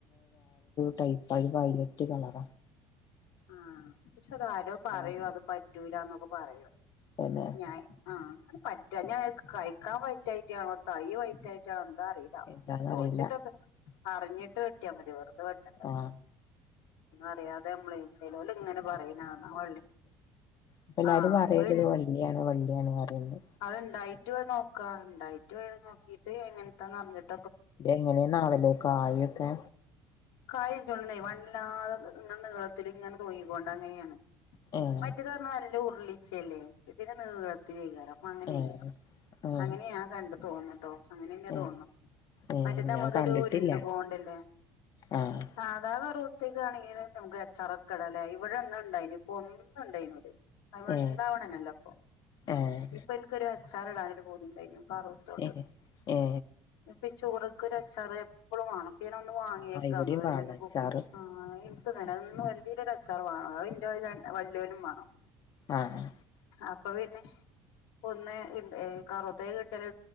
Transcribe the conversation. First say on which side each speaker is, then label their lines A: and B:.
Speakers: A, on the left; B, on the left.
A: ടൈപ്പഴ വയലറ്റ് കളറ.
B: ആഹ പക്ഷെ അതാരോ പറയൂ
A: കളറ്
B: അത് പറ്റൂലന്നൊക്കെ പറയും
A: പിന്നെ
B: ഞായ് ആഹ് അ പറ്റാ ഞ്ഞയാക്ക് കഴിക്കാൻ പറ്റായിട്ടാണോ തൈ വയ്റ്റായിട്ടാണോ അ അറിയില്ല
A: എന്താന്നറിയില്ല
B: ചോദിച്ചിട്ടക്കെ അറിഞ്ഞിട്ട് വെട്ടിയാൽ മതി വെറുതെ വെട്ടണ്ടല്ലോ.
A: ആഹ്
B: ഒന്നും അറിയാതെ നമ്മള് ച്ച ലോല്ല് ഇങ്ങനെ പറയണാ കണാ വള്ളി
A: അപ്പ എല്ലാരും
B: ആഹ്
A: പറയണണ്ട്
B: അപ്പ
A: ഇത് വള്ളിയാണ് വള്ളിയാണ് പറയ്ണ്ട്
B: അത് ഉണ്ടായിട്ട് നോക്കാ. ഉണ്ടായിട്ട് നോക്കീട്ട് എങ്ങനത്താന്ന്റിഞ്ഞിട്ട്.
A: ഇത് എങ്ങനെയ നാളിലേക്കോ ആയിൊക്കെ
B: കായം ചോണ്ടുന്നെ വല്ലാതെ ഇങ്ങനെ നീളത്തി ഇങ്ങനെ തൂങ്ങിക്കോണ്ടങ്ങനെയാണ്
A: ഏഹ്
B: മറ്റേ തരണം നല്ല ഉരുളിച്ചയല്ലേ ഇതിന് നീളത്തി ഏയരം. അങ്ങനെകേറാം
A: ഏഹ് ഏഹ്
B: അങ്ങനെയാ കണ്ടു തോന്നട്ടോ അങ്ങനെ എങ്ങനെ
A: ഏഹ്
B: തോന്നുന്നു
A: ഏ
B: മറ്റേ നമ്മളതൊരു
A: ഞാൻ കണ്ടിട്ടില്ല
B: ഉരുണ്ട്ു കോണ്ടല്ലേ
A: ആഹ്
B: സാധാ <unintelligible> അത്പ്പണ്ടാവ്ണനല്ലെപ്പൊ
A: ഏ ഏഹ്
B: ഇപ്പൊ ൻക്കൊരു അച്ചാർ ഇടാനൊരു പൂതി ണ്ടായ്നു പർവ്വത്തോണ്ട്
A: ഏ ഏ
B: ഇപ്പ ചോറക്ക്ൊരു അച്ചാറ എപ്പോഴും വേണം പിന്നെ ഒന്ന് വാങ്ങിയേക്കാം
A: ആ ഇവിടെയും
B: ന്ന ഒരു
A: വാഴച്ചാറ്
B: ഒരു കുപ്പി ആ എന്ത് തെ ഒ എന്തേല അച്ചാർ വാങ്ങ വല്ലവനും വാണം
A: ആഹ്
B: അപ്പൊ പിന്നെ ഒന്ന് കറുത്തേത് കിട്ടിയാല്